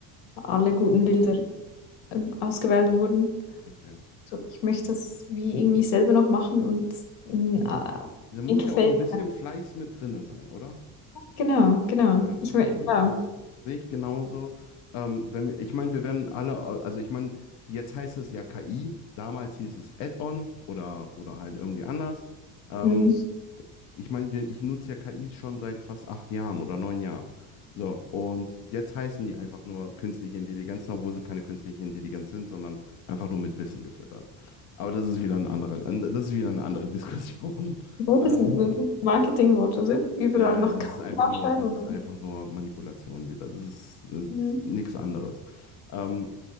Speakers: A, on the left; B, on the left.
A: alle guten Bilder äh, ausgewählt wurden.
B: Okay.
A: So, ich möchte das wie irgendwie selber noch machen und ein
B: Ja,
A: äh,
B: da muss
A: Interface.
B: ja auch ein bisschen Fleiß mit drinne sein, oder?
A: Genau, genau.
B: Ja,
A: Ich meine,
B: sehe
A: ja.
B: ich auch so. Sehe ich genauso. Ähm, wenn wir, ich meine, wir werden alle, au- also ich meine, jetzt heißt es ja KI, damals hieß es Add-on oder, oder halt irgendwie anders. Ähm,
A: Mhm.
B: ich meine, wir- ich nutze ja KIs schon seit fast acht Jahren oder neun Jahren. So, und jetzt heißen die einfach nur künstliche Intelligenz, obwohl sie keine künstliche Intelligenz sind, sondern einfach nur mit Wissen gefüttert. Aber das ist wieder ein anderer, das ist wieder eine andere <laughs> Diskussion.
A: Gutes,
B: Ähm,
A: gutes Marketingwort, oder? Überall
B: ja,
A: noch
B: ja, das
A: Kaffee
B: ist einfach
A: aufschreiben.
B: nur, das
A: und
B: ist
A: dann-
B: einfach nur Manipulation wieder. Das ist, das ist
A: Mhm.
B: nichts anderes. Ähm,